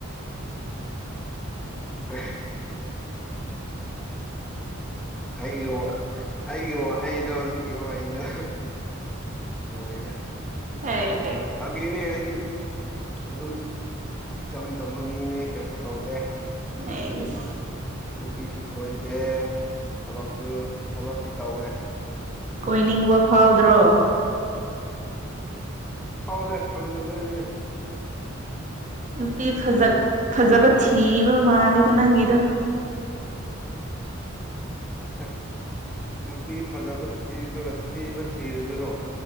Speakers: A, in the centre; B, on the right.
A: ꯑ ꯑꯩꯒꯤ ꯑꯩꯒꯤ ꯋꯥꯍꯩꯗꯣ ꯍꯧꯖꯤꯛꯀꯤ ꯋꯥꯍꯩꯗ ꯅꯨꯡꯉꯥꯏꯔ
B: ꯍ
A: ꯐꯒꯅꯦ ꯍꯥꯏꯗꯤ ꯑꯗꯨꯝ ꯏꯆꯝ ꯆꯝꯕ ꯃꯤꯅꯦ ꯀꯩꯁꯨ ꯇꯧꯗꯦ
B: ꯑꯩꯁ
A: ꯅꯨꯄꯤꯁꯨ ꯀꯣꯏꯗꯦ ꯊꯕꯛꯁꯨ ꯊꯕꯛꯇꯤ ꯇꯧꯋꯦ
B: ꯀꯣꯏꯅꯤꯡꯕ ꯐꯥꯎꯗ꯭ꯔꯣ
A: ꯐꯥꯎꯅꯦꯦ ꯐꯪꯅꯕꯅꯦꯅꯦ
B: ꯅꯨꯄꯤꯖ ꯐꯖꯕ ꯊꯤꯕ ꯃꯥꯜꯂꯦꯗ ꯅꯪꯒꯤꯗ
A: ꯑꯦ ꯅꯨꯄꯤ ꯐꯖꯕ ꯊꯤꯗ꯭ꯔꯒ ꯊꯤꯕ ꯊꯤꯕ ꯑꯗꯨꯔꯣ